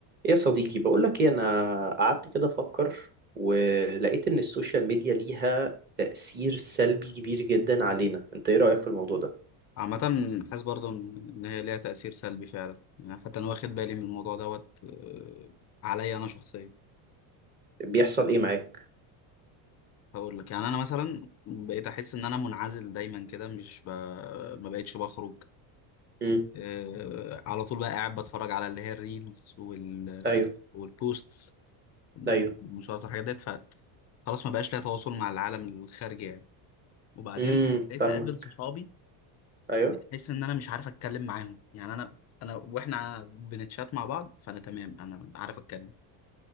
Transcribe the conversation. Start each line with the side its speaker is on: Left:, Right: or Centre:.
Right: يا صديقي بقولك ايه انا قعدت كده افكر ولقيت ان السوشيال ميديا ليها تأثير سلبي كبير جدا علينا انت ايه رأيك في الموضوع ده
Left: عامة حاسس برضه إن إن هي ليها تأثير سلبي فعلا يعني حتى أنا واخد بالي من الموضوع دوت آه، عليا أنا شخصيا
Right: بيحصل ايه معاك
Left: هقول لك يعني أنا مثلا بقيت أحس إن أنا منعزل دايما كده مش ب... ما بقتش بخرج
Right: امم
Left: آه، على طول بقى قاعد بتفرج على اللي هي الريلز وال...
Right: ايوه
Left: والبوستس
Right: ايوه
Left: المشاهدات والحاجات ديت ف خلاص ما بقاش ليا تواصل مع العالم الخارجي يعني وبعدين
Right: امم
Left: لما بقيت
Right: فاهمك
Left: أقابل صحابي
Right: ايوه
Left: بحس ان انا مش عارف اتكلم معاهم يعني انا انا واحنا بنتشات مع بعض فانا تمام انا عارف اتكلم